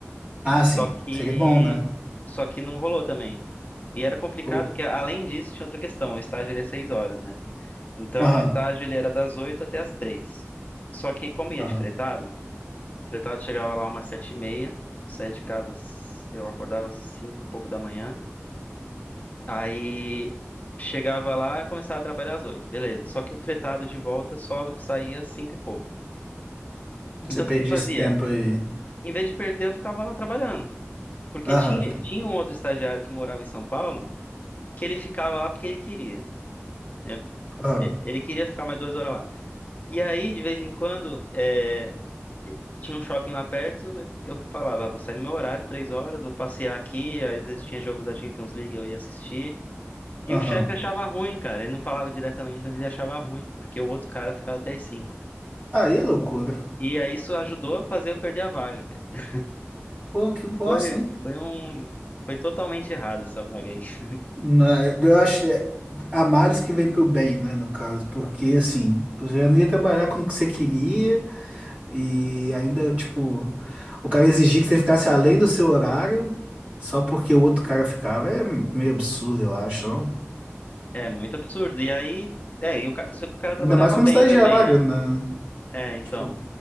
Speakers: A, on the right; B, on the left.
A: Ah, sim.
B: Só que
A: Seria bom, né?
B: só que não rolou também. E era complicado,
A: Pô.
B: porque além disso tinha outra questão, o estágio ele é seis horas, né? Então
A: Aham,
B: o estágio ele era das oito até as três. Só que como ia
A: aham.
B: de fretado, o fretado chegava lá umas sete e meia, eu saía de casa, às- eu acordava às cinco e pouco da manhã, aí chegava lá e começava a trabalhar às oito, beleza. Só que o fretado de volta só saía às cinco e pouco.
A: Você
B: Então
A: perde
B: o que que eu fazia?
A: esse tempo aí.
B: Em vez de perder, eu ficava lá trabalhando. Porque
A: Aham,
B: tinha, tinha um outro estagiário que morava em São Paulo, que ele ficava lá porque ele queria. né?
A: aham,
B: É, Ele queria ficar mais duas horas lá. E aí, de vez em quando, é, tinha um shopping lá perto. Eu eu falava, "Ah, vou sair no meu horário, três horas, vou passear aqui. Às vezes tinha jogo da Champions League, eu ia assistir.
A: aham.
B: E o chefe achava ruim, cara. Ele não falava diretamente, mas ele achava ruim, porque o outro cara ficava até as cinco.
A: Aí é loucura.
B: E aí isso ajudou a fazer eu perder a vaga. cara.
A: Pô, que bosta,
B: Foi,
A: hein?
B: foi um, foi totalmente errado essa vaga aí. <laughs>
A: Mas eu acho é, há males que vem pro bem, né, no caso, porque assim, tu já não ia trabalhar com o que você queria e ainda, tipo, o cara exigir que você ficasse além do seu horário só porque o outro cara ficava é meio absurdo, eu acho, não?
B: É muito absurdo. E aí, é, e o, ca- só que o cara trabalhava
A: Ainda mais como
B: bem
A: estagiário,
B: também, né?
A: né?
B: É, então.
A: Tipo,